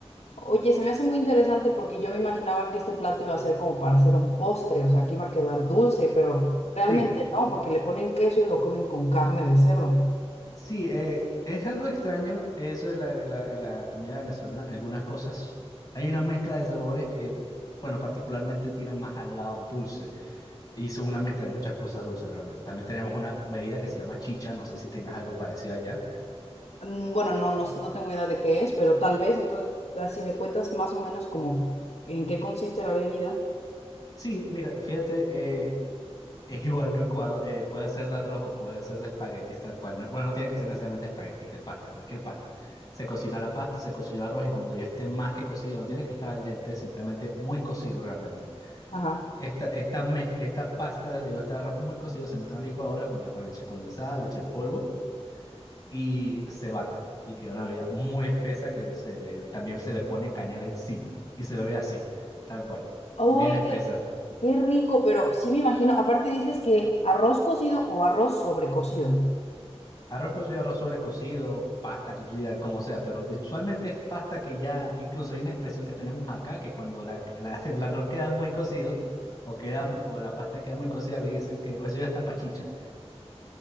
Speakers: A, on the left; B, on the left.
A: oye, se me hace muy interesante porque yo me imaginaba que este plato iba a ser como para hacer un postre, o sea, que iba a quedar dulce, pero realmente
B: Sí,
A: no, porque le ponen queso y lo comen con carne de cerdo.
B: sí, eh, es algo extraño eso en la, la, la comida venezolana. Algunas cosas, hay una mezcla de sabores que, bueno, particularmente tienen más al lado dulce Hizo una mezcla de muchas cosas dulces realmente. También tenemos una bebida que se llama chicha, no sé si tengas algo parecido allá.
A: Mm, Bueno, no, no, no tengo idea de qué es, pero tal vez, entonces, si me cuentas más o menos como en qué consiste la bebida.
B: Sí, mira, fíjate, eh, es <laughs> igual licuado, eh, puede ser de arroz o puede ser de espaguetis tal cual. No- bueno, no tiene que ser necesariamente espaguetis, de pasta, cualquier pasta. Se cocina la pasta, se cocina el arroz y cuando ya esté más que cocido, no tiene que estar al dente, simplemente muy cocido realmente.
A: Ajá.
B: Esta, esta, mez- esta pasta, digo, este arroz muy cocido se mete en la licuadora junto con leche condensada, leche en polvo y se bate y queda una bebida muy espesa que se le, también se le pone canela encima y se bebe así, tal cual,
A: Oye.
B: bien espesa.
A: Qué rico, pero sí me imagino, aparte dices que arroz cocido o arroz sobrecocido.
B: Arroz cocido, arroz sobrecocido, pasta cocida, como sea, pero usualmente es pasta que ya, incluso hay una expresión que tenemos acá, que cuando la, la- <laughs> el arroz queda muy cocido o, queda, o la pasta queda muy cocida, le dicen que o eso ya está pachicha.